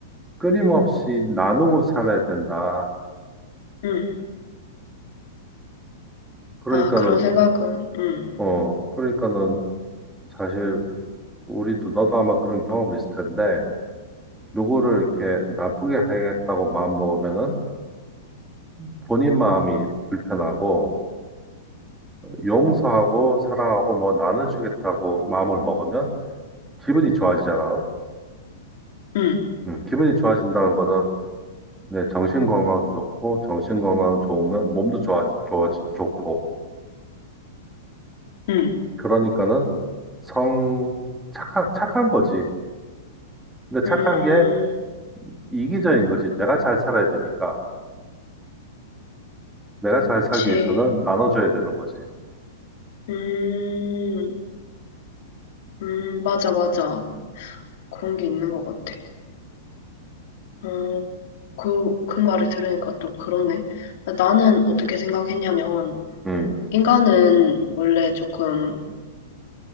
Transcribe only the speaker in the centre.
끊임없이 나누고 살아야 된다.
그러니까는,
어, 그러니까는 사실 우리도 너도 아마 그런 경험이 있을 텐데, 누구를 이렇게 나쁘게 하겠다고 마음 먹으면은 본인 마음이 불편하고, 용서하고 사랑하고 뭐 나눠주겠다고 마음을 먹으면 기분이 좋아지잖아요.
음, 기분이 좋아진다는 거는 내 정신 건강도 좋고 정신 건강 좋으면 몸도 좋아 좋아 좋고
그러니까는 성 착한 착한 거지. 근데
착한 게 이기적인 거지. 내가 잘 살아야 되니까 내가 잘 살기
위해서는 나눠줘야 되는 거지.
음,